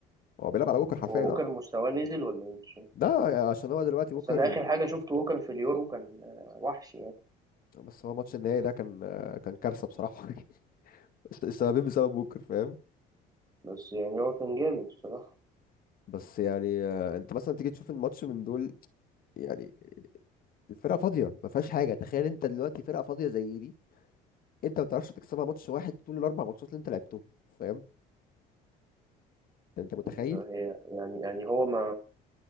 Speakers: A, on the left (about 55°); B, on the right (about 20°).
A: هو بيلعب على بوكر حرفيا
B: هو ووكر
A: اه
B: مستواه نزل ولا ايه مش فاهم
A: ده يعني عشان هو دلوقتي
B: بس
A: بوكر
B: انا اخر حاجه شفت ووكر في اليورو كان آه، وحش يعني
A: بس هو ماتش النهائي ده كان آه، كان كارثه بصراحه <laughs> السببين بسبب بوكر فاهم
B: بس يعني هو كان جامد بصراحه
A: بس يعني آه، انت مثلا تيجي تشوف الماتش من دول يعني الفرقه فاضيه ما فيهاش حاجه تخيل انت دلوقتي فرقه فاضيه زي دي انت ما بتعرفش تكسبها ماتش واحد طول الاربع ماتشات اللي انت لعبتهم فاهم انت متخيل
B: آه، هي يعني يعني هو ما